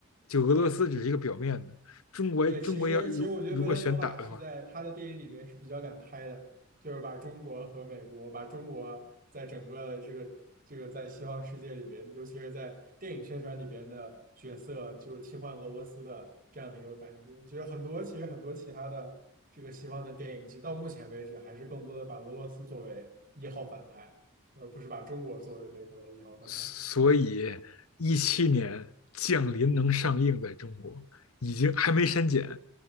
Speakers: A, on the left; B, on the right.
A: 就俄罗斯只是一个表面的，
B: 对。
A: 中国中国要如如果选打的话，
B: 对，其实其实我觉得伯伦纽瓦是在他的电影里边是比较敢拍的，就是把中国和美国，把中国在整个的这个这个在西方世界里边，尤其是在电影宣传里边的角色，就是替换俄罗斯的这样的一个感觉。就是很多其实很多其他的这个西方的电影，其实到目前为止还是更多的把俄罗斯作为一号反派，而不是把中国作为美国的一号反派。
A: 所以一七年《降临》能上映在中国，已经还没删减。